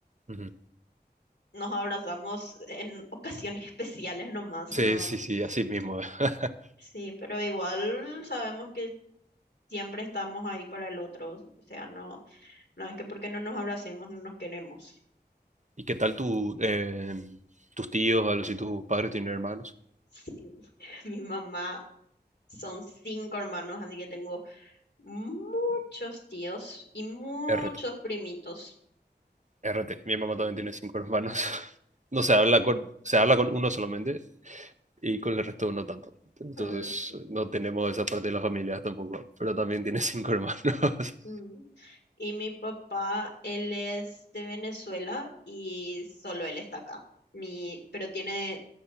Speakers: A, on the right; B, on the left.
A: ujú.
B: nos abrazamos en <laughs> ocasiones especiales nomás,
A: Sí,
B: ¿no?
A: sí, sí, así mismo. <laughs>
B: Sí, pero igual sabemos que siempre estamos ahí para el otro, o sea, no, no es que porque no nos abracemos no nos queremos.
A: ¿Y qué tal tu, eh, tus tíos, o algo, si tus padres tienen hermanos?
B: Sí, <laughs> mi mamá son cinco hermanos, así que tengo muchos tíos y muchos
A: RT,
B: primitos.
A: RT. Mi mamá también tiene cinco hermanos. <laughs> No se habla con, se habla con uno solamente y con el resto no tanto. Entonces
B: Ujú.
A: no tenemos esa parte de la familia tampoco, pero también tiene cinco hermanos. <laughs>
B: Mm. Y mi papá, él es de Venezuela y solo él está acá. Mi, pero tiene